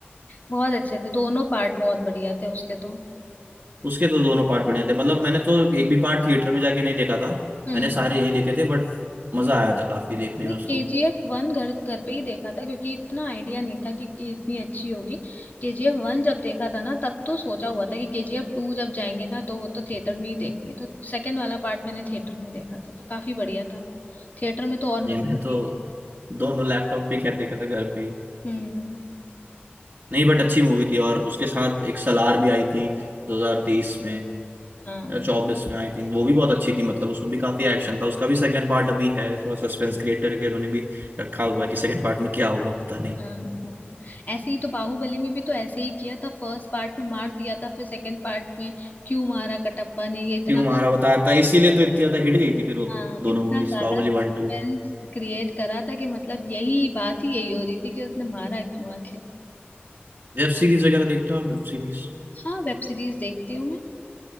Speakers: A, on the left (about 45°); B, on the right (about 45°).
A: बहुत अच्छे थे दोनों पार्ट बहुत बढ़िया थे उसके तो
B: उसके तो दोनों पार्ट बढ़िया थे मतलब मैंने तो एक भी पार्ट थिएटर में जाके नहीं देखा था
A: हम्म
B: मैंने सारे यहीं देखे थे बट मजा आया था काफी देखने
A: मैंने
B: में
A: KGF
B: उसको
A: वन घर घर पे ही देखा था क्योंकि इतना आइडिया नहीं था कि, कि इतनी अच्छी होगी KGF वन जब देखा था ना तब तो सोचा हुआ था कि KGF टू जब जाएंगे ना तो वो तो थिएटर में ही देखनी है तो सेकंड वाला पार्ट मैंने थिएटर में देखा था तो काफी बढ़िया था थिएटर में तो और
B: नहीं
A: मजा
B: मैं
A: आती
B: तो
A: है
B: दोनों लैपटॉप पे खैर देखा था घर पे ही
A: हम्म
B: नहीं बट अच्छी मूवी थी और उसके साथ एक सलार भी आई थी 2023 में
A: हाँ
B: जॉब्स में आई थिंक वो भी बहुत अच्छी थी मतलब उसमें भी काफी एक्शन था उसका भी सेकंड पार्ट अभी है थोड़ा सस्पेंस क्रिएट करके उन्होंने भी रखा हुआ है कि सेकंड पार्ट में क्या होगा पता नहीं
A: हाँ हाँ ऐसे ही तो बाहुबली में भी तो ऐसे ही किया था फर्स्ट पार्ट में मार दिया था फिर सेकंड पार्ट में क्यों मारा कटप्पा ने ये इतना
B: क्यों हमारा बताया था इसीलिए तो इतनी ज्यादा हिट गई थी फिर वो
A: हाँ
B: दोनों
A: इतना
B: movies
A: ज्यादा
B: Baahubali
A: सस्पेंस
B: one two
A: क्रिएट करा था कि मतलब यही बात ही यही हो रही थी कि उसने मारा क्यों आखिर
B: Web series वगैरह देखते हो आप वेब सीरीज
A: हाँ वेब सीरीज देखती हूँ मैं